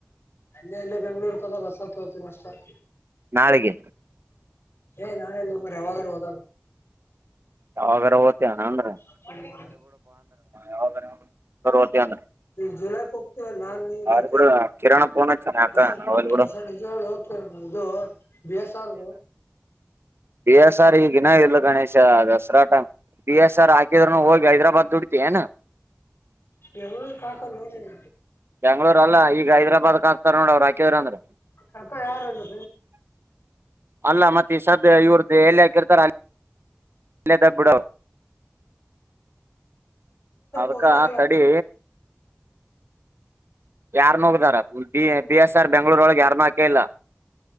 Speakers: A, on the left; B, on the right.
A: ಅಲ್ಲೆ ಅಲ್ಲೇ ಬೆಂಗ್ಳೂರ್ ಕ ಹೊಸಾತ್ ಹೋತವಿ ಮಸ್ರ್
B: ನಾಳೆಗೆ
A: ಏ ನಾನೆಲ್ಲ ರವಾದದ
B: ಯಾವಾಗಾರ ಓತಾನನ್್ರೀ
A: ್ಮ
B: ಯಾವಾಗರ ಓತಿ ಅಂದ್ರ
A: ಜುಲೈ ಪ ನಾನ್ ನೀ
B: ಬಾರಿ
A: ಬರ್ತೇನೆ
B: ಬಿಡು ಕಿರಣ ಫೋನ್ ಹಚ್ಚಾನ ಯಾಕ
A: ಹೊಸ
B: ಹೋಗ್ಲಿ ಬಿಡು
A: ಬಸಣ ನಿಜು ಹೋಗ್ತೇ ಇದು ಬಿ ಎಸ್ ಆರ್
B: ಪ ಎಸ್ ಆರ್ ಈಗಿನಾಗಿಲ್ಲ ಗಣೇಶ ದಸರಾಟ ಬಿ ಎಸ್ ಆರ್ ಹಾಕಿದ್ರುನು ಹೋಗಿ ಹೈದ್ರಾಬಾದ್ ದುಡ್ತಿ ಏನಾ
A: ಎೂ ಕಾಕ ನೋನಲ್ಲ
B: ಬೆಂಗ್ಳೂರ್ ಅಲ್ಲ ಈಗ ಹೈದ್ರಾಬಾದ್ಕ್ ಹಾಕ್ತಾರ ನೋಡ ಅವ್ರುಾಕಿದ್ರ ಅಂದ್ರೆ
A: ಅಕ್ಕಾ ಯಾರು ಅಂದದು
B: ಅಲ್ಲ ಮತ್ತೆ ಸದ ಇವ್ರ್ದ ಎಲ್ಲಿ ಹಾಕಿರ್ತಾರ ಇಲ್ಲದ ಬಿಿಡೋ ಅದಕ್ಕ
A: ಹೋಗದಾರಲ್ಲ
B: ತಡಿ ಯಾರ್ನ ಹೋಗ್ದಾರ
A: ಹ್ಮ್
B: ಬಿ ಎಸ್ ಆರ್ ಬೆಂಗ್ಗಳೂರೊಳಗೆ ಯಾರ್ನ್ ಹಾಕ ಇಲ್ಲ